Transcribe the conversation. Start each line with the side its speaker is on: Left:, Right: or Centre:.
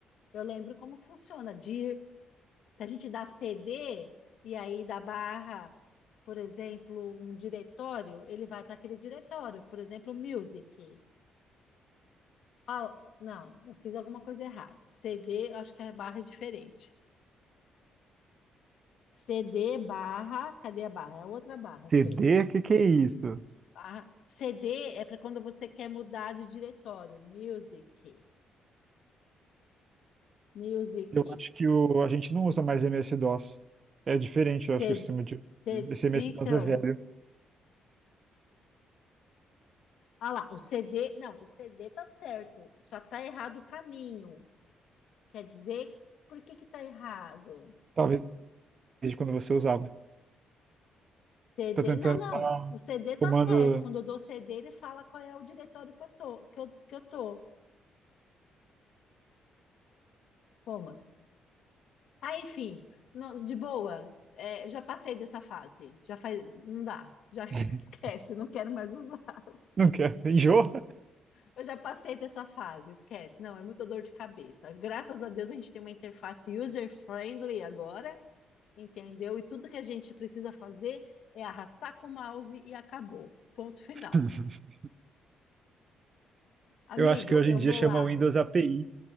Left: Eu lembro como funciona. Dir, se a gente dá CD e aí dá barra, por exemplo, um diretório, ele vai para aquele diretório. Por exemplo, music. Ah, não, eu fiz alguma coisa errada. CD, eu acho que a barra é diferente. CD barra, cadê a barra? É a outra barra, Sheila.
Right: CD,
Left: Aqui.
Right: o que que é isso?
Left: a CD é para quando você quer mudar de diretório. Music, music.
Right: Eu acho que o, a gente não usa mais MS-DOS. É diferente, eu acho
Left: C-
Right: que o sistema de.
Left: C-
Right: Esse MS-DOS
Left: então,
Right: é velho.
Left: ah lá, o CD, não, o CD tá certo, só tá errado o caminho. Quer dizer, por que que tá errado?
Right: Talvez desde quando você usava.
Left: CD,
Right: Tá tentando
Left: não, não,
Right: usar
Left: o CD tá
Right: comando.
Left: certo. Quando eu dou CD, ele fala qual é o diretório que eu tô, que eu, que eu tô. Toma. Ah, enfim, não- de boa, é, já passei dessa fase. Já faz, não dá, já <laughs>
Right: <laughs>
Left: esquece, não quero mais usar.
Right: Não quer. Enjoa?
Left: Eu já passei dessa fase, esquece. Não, é muita dor de cabeça. Graças a Deus a gente tem uma interface user-friendly agora, entendeu? E tudo que a gente precisa fazer é arrastar com o mouse e acabou. Ponto final.
Right: <laughs>
Left: Amigo,
Right: Eu acho que hoje
Left: eu
Right: em dia
Left: vou
Right: chama
Left: lá.
Right: Windows API.